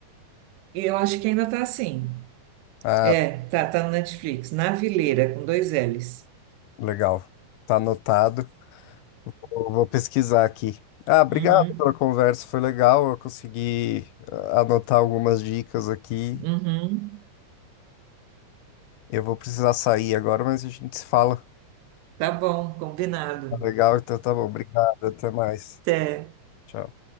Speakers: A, on the right; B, on the left.
A: E eu acho que ainda tá assim.
B: Ah,
A: É, tá, tá no Netflix. Na Vileira, com dois L's.
B: legal. Tá anotado. Vou vou pesquisar aqui. Ah, obrigado
A: Uhum,
B: pela conversa, foi legal. Eu consegui ah, anotar algumas dicas aqui.
A: uhum.
B: Eu vou precisar sair agora, mas a gente se fala.
A: Tá bom, combinado.
B: Tá legal, então tá bom. Obrigado, até mais.
A: Até.
B: Tchau.